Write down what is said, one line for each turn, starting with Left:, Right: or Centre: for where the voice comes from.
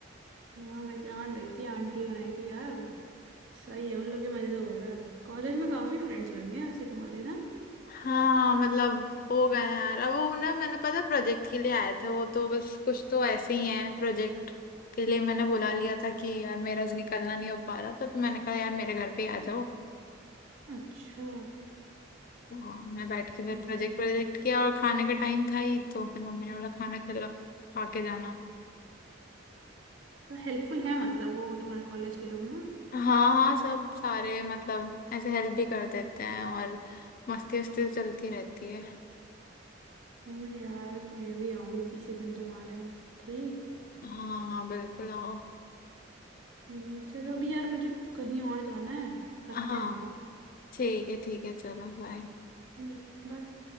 Right: हाँ मैं जान रही थी आंटी बनाई थी यार सही है उन लोग के मजे हो गए कॉलेज में काफी फ्रेंड्स बन गए वैसे तुम्हारे ना
Left: हाँ मतलब हो गए हैं यार अब वो ना मैंने पता प्रोजेक्ट के लिए आए थे वो तो बस कुछ तो ऐसे ही हैं प्रोजेक्ट के लिए मैंने बुला लिया था कि यार मेरा आज निकलना नहीं हो पा रहा था तो मैंने कहा यार मेरे घर पे ही आ जाओ
Right: अच्छा
Left: तो मैं बैठ के फिर
Right: हम्म,
Left: प्रोजेक्ट प्रोजेक्ट किया और खाने का टाइम था ही तो फिर मम्मी ने बोला खाना खिला खा के जाना
Right: तो हेल्पफुल है मतलब वो तुम्हारे कॉलेज के लोग ना
Left: हाँ हाँ सब सारे मतलब ऐसे हेल्प भी कर देते हैं और मस्ती वस्ती तो चलती रहती है
Right: हम्म, यार मैं भी आऊंगी किसी दिन तुम्हारे यहाँ ठीक
Left: हाँ हाँ बिल्कुल आओ
Right: हम्म, चलो अभी यार मुझे कहीं और जाना है करते
Left: हाँ
Right: हैं बात
Left: ठीक है ठीक है चलो बाय
Right: हम्म बस